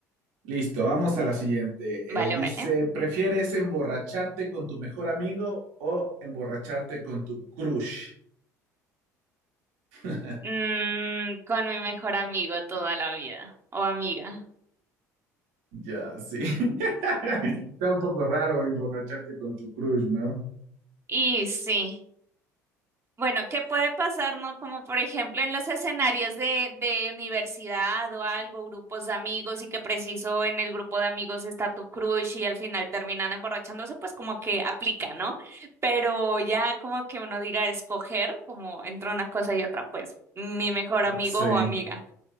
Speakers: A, on the right (about 65°); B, on the right (about 30°).
A: Listo, vamos a la siguiente.
B: Vale,
A: Eh, dice,
B: vale.
A: ¿prefieres emborracharte con tu mejor amigo o emborracharte con tu crush? <laughs>
B: Mm, con mi mejor amigo toda la vida o amiga.
A: Ya, sí. <laughs> <laughs> Está un poco raro emborracharte con tu crush, ¿no?
B: Y sí, bueno, ¿qué puede pasar, no? Como por ejemplo en los escenarios de, de universidad o algo, grupos de amigos y que preciso en el grupo de amigos está tu crush y al final terminan emborrachándose, pues como que aplica, ¿no? Pero ya como que uno diga escoger, como entre una cosa y otra, pues mi mejor amigo
A: Sí,
B: o amiga.